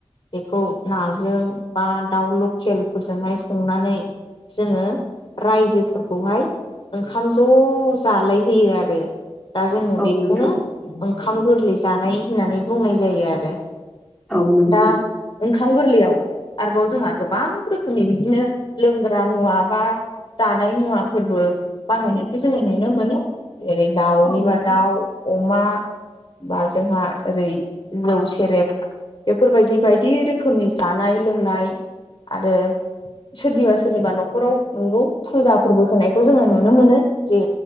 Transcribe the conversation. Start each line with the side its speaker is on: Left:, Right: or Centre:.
Left: बेखौ नाजों बा दाउ लकेलफोरजोंहाय संनानै जोङो रायजोफोरखौहाय ओंखाम ज' जाहालाय होयो आरो। दा जोङो
Centre: औ
Left: बेखौनो
Centre: नोंथां
Left: ओंखाम गोरलै जानाय होननानै बुंनाय जायो आरो।
Centre: औ नोंथां।
Left: दा ओंखाम गोरलैयाव आरोबाव जोंहा गोबां रोखोमनि बिदिनो लोंग्रा मुवा बा जानाय मुवाफोरबो बाहायनायखौ जोङो नुनो मोनो। जेरै दाउनिबा
Centre: औ नोंथां
Left: दाउ अमा बा जोंहा ओरै जौ सेरेब बेफोर बायदि बायदि रोखोमनि जानाय लोंनाय आरो सोरनिबा सोरनिबा न'खराव नंगौ फुजा फोरबो होनायखौ जोङो नुनो मोनो जे